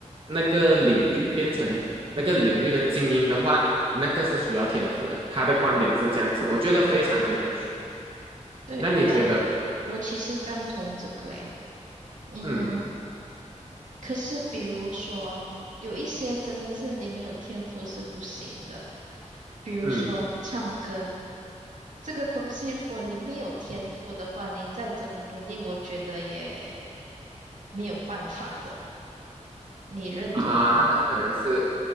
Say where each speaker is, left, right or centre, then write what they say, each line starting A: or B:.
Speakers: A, on the right (about 45°); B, on the right (about 75°).
A: 那个领域变成那个领域的精英的话，那个是需要天赋的。他的观点是这样子，我觉得非常的有趣。
B: 对，
A: 那你觉得呢？
B: 我我其实赞同这个诶。嗯，
A: 嗯
B: 可是比如说有一些真的是你没有天赋是不行的，比如说唱歌。
A: 嗯
B: 这个东西，如果你没有天赋的话，你再怎么努力，我觉得也没有办法的。你认同吗？
A: 啊，那可能是。